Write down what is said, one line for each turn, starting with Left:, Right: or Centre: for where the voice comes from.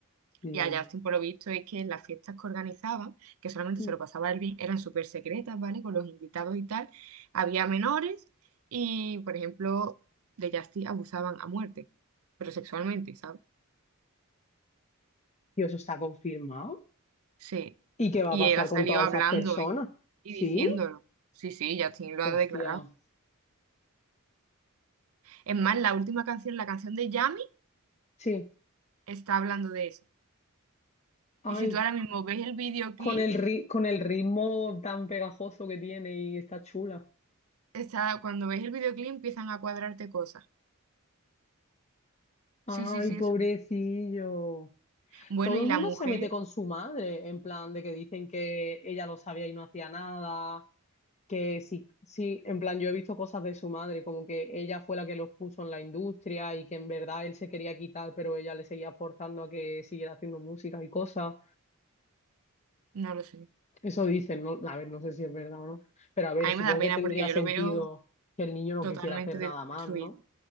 Left: Dios.
Right: Y a Justin, por lo visto, es que las fiestas que organizaban, que solamente
Left: Mm.
Right: se lo pasaba él bien, eran súper secretas, ¿vale? Con los invitados y tal. Había menores y, por ejemplo, de Justin abusaban a muerte, pero sexualmente, ¿sabes?
Left: Dios, ¿eso está confirmado?
Right: Sí.
Left: ¿Y qué va
Right: Y
Left: a pasar
Right: él ha salido
Left: con todas
Right: hablando
Left: esas personas?
Right: ¿eh? y
Left: ¿Sí?
Right: diciéndolo. Sí, sí, Justin lo
Left: Hostia.
Right: ha declarado. Es más, la última canción, la canción de Yami,
Left: Sí.
Right: está hablando de eso.
Left: Ay,
Right: Y si tú ahora mismo ves el videoclip,
Left: Con el ri- con el ritmo tan pegajoso que tiene y está chula.
Right: está, cuando ves el videoclip empiezan a cuadrarte cosas.
Left: Ay,
Right: Sí, sí, sí,
Left: pobrecillo.
Right: eso. Bueno,
Left: Todo
Right: y
Left: el
Right: la
Left: mundo
Right: mujer.
Left: se mete con su madre, en plan de que dicen que ella lo sabía y no hacía nada, que sí, sí, en plan yo he visto cosas de su madre, como que ella fue la que los puso en la industria y que en verdad él se quería quitar, pero ella le seguía forzando a que siguiera haciendo música y cosas.
Right: No lo sé.
Left: Eso dicen, ¿no? A ver, no sé si es verdad o no, pero a ver,
Right: A mí
Left: supongo
Right: me da pena
Left: que tendría
Right: porque yo
Left: sentido
Right: lo veo
Left: que el niño no
Right: totalmente
Left: quisiera hacer
Right: destruido.
Left: nada más, ¿no?